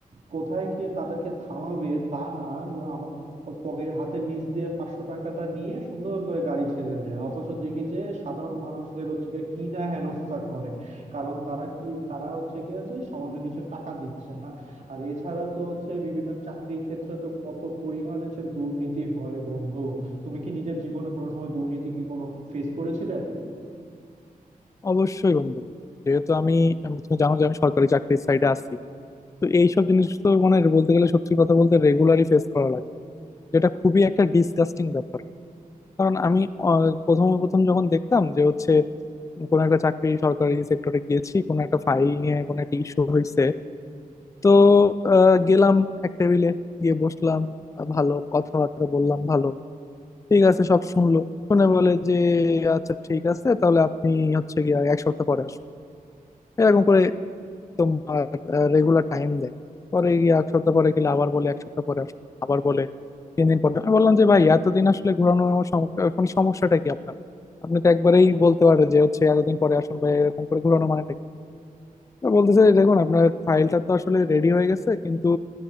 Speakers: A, on the right (about 55°); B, on the left (about 20°).
A: কোথায় গিয়ে তাদেরকে থামাবে তা না আমার পকেট হাতের নিচ দিয়ে পাঁচশো টাকাটা নিয়ে সুন্দর করে গাড়ি ছেড়ে দেবে অথচ দেখি যে সাধারণ মানুষদের হচ্ছে গিয়ে কি না হেনস্থা করে কারণ তারা কি তারা হচ্ছে গিয়ে যে সামান্য কিছু টাকা দিচ্ছে না আর এছাড়া তো হচ্ছে বিভিন্ন চাকরির ক্ষেত্রে তো কত পরিমাণে যে দুর্নীতি হয় বন্ধু তুমি কি নিজের জীবনে কোনো সময় দুর্নীতি কি কোনো ফেস করেছিলে
B: অবশ্যই বন্ধু যেহেতু আমি আম- তুমি জানো যে আমি সরকারি চাকরির সাইডে আছি তো এইসব জিনিস তো মানে বলতে গেলে সত্যি কথা বলতে রেগুলারই ফেস করা লাগে যেটা খুবই একটা ডিসগাস্টিং ব্যাপার কারণ আমি আহ, প্রথম প্রথম যখন দেখতাম যে হচ্ছে কোন একটা চাকরি সরকারি সেক্টরে গিয়েছি কোন একটা ফাইল নিয়ে কোন একটা ইস্যু হয়েছে তো আহ, গেলাম এক টেবিলে গিয়ে বসলাম আহ, ভালো কথাবার্তা বললাম ভালো ঠিক আছে সব শুনলো শুনে বলে যে আচ্ছা ঠিক আছে তাহলে আপনি হচ্ছে গিয়ে এক সপ্তাহ পরে আসুন এরকম করে তোমার রেগুলার টাইম দেয় পরে গিয়ে এক সপ্তাহ পরে গেলে আবার বলে এক সপ্তাহ পরে আসুন আবার বলে তিন দিন পরে আমি বললাম যে ভাই এতদিন আসলে ঘোরানো আমার সম- এখন সমস্যাটা কি আপনার আপনি তো একবারেই বলতে পারেন যে হচ্ছে এতদিন পরে আসুন বা এরকম করে ঘোরানো মানেটা কি তো বলতেছে যে, দেখুন আপনার ফাইলটা তো আসলে রেডি হয়ে গেছে কিন্তু